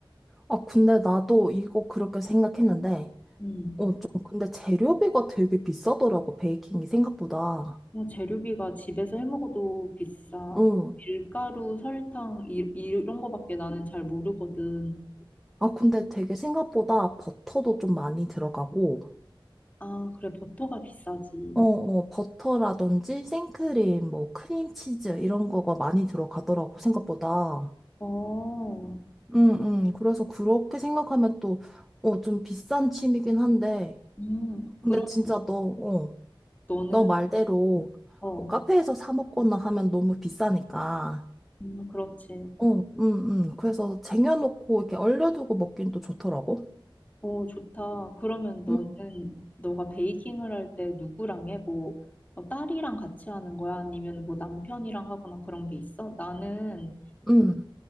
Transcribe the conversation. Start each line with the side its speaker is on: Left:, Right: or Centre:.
Centre: 아, 근데 나도 이거 그렇게 생각했는데,
Left: 음.
Centre: 어, 좀, 근데 재료비가 되게 비싸더라고, 베이킹이 생각보다.
Left: 뭐 재료비가 집에서 해 먹어도 비싸.
Centre: 응.
Left: 밀가루, 설탕, 이, 이런 거밖에 나는 잘 모르거든.
Centre: 아, 근데 되게 생각보다 버터도 좀 많이 들어가고,
Left: 아, 그래, 버터가 비싸지.
Centre: 어, 어, 버터라든지 생크림, 뭐, 크림치즈, 이런 거가 많이 들어가더라고, 생각보다.
Left: 어,
Centre: 음, 음. 그래서 그렇게 생각하면 또, 어, 좀 비싼 취미긴 한데,
Left: 음, 그럼
Centre: 근데 진짜 너, 어,
Left: 너는,
Centre: 너 말대로,
Left: 어,
Centre: 뭐 카페에서 사 먹거나 하면 너무 비싸니까.
Left: 음, 그렇지.
Centre: 어, 음, 음. 그래서 쟁여놓고 이렇게 얼려두고 먹긴 또 좋더라고.
Left: 오, 좋다. 그러면 너는,
Centre: 음,
Left: 너가 베이킹을 할 때 누구랑 해? 뭐, 뭐 딸이랑 같이 하는 거야? 아니면 뭐 남편이랑 하거나 그런 게 있어? 나는
Centre: 음.